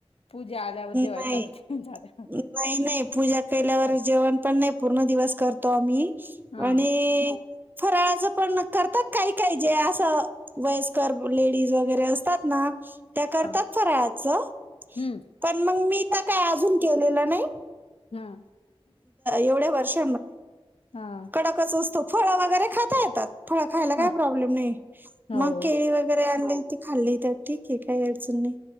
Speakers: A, on the left; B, on the right.
A: पूजा आल्यावर जेवायाच
B: नाही
A: चालते झाल्यावर
B: नाही नाही पूजा केल्यावर जेवण पण नाही पूर्ण दिवस करतो आम्ही
A: हा
B: आणि फराळाचं पण करतात काही काय जे असं वयस्कर लेडीज वगैरे असतात ना त्या करतात
A: हा
B: फरा आचं
A: हम्म
B: पण मग मी तर काय अजून केलेलं नाही
A: हा
B: एवढ्या वर्ष
A: हा
B: कडकच असतो फळ वगैरे खाता येतात फळं खायला काही
A: ह
B: प्रॉब्लेम नाही
A: हो
B: मग केळी वगैरे आणली ती खाल्ली ठीक आहे काही अडचण नाही